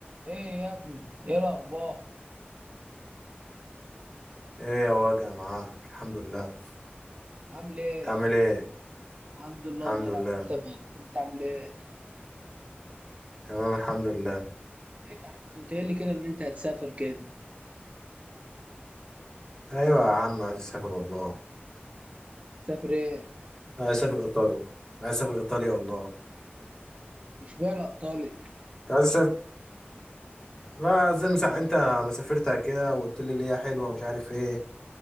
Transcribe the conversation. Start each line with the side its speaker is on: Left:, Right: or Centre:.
Right: ايه يا ابني ايه الاخبار
Left: ايه يا وجع معاك الحمد لله
Right: عامل ايه
Left: تعمل ايه
Right: الحمد لله
Left: الحمد
Right: والله العظيم
Left: لله
Right: تمام انت عامل ايه
Left: تمام الحمد لله
Right: ايه يا عم كنت قايل لي كده ان انت هتسافر كده
Left: ايوه يا عم عايز اسافر والله
Right: تسافر ايه
Left: عايز اسافر ايطاليا عايز اسافر ايطاليا والله
Right: مش بالك طالب
Left: انت عايز اسافر لا زي مسا... انت ما سافرتها كده وقلت لي اللي هي حلوه مش عارف ايه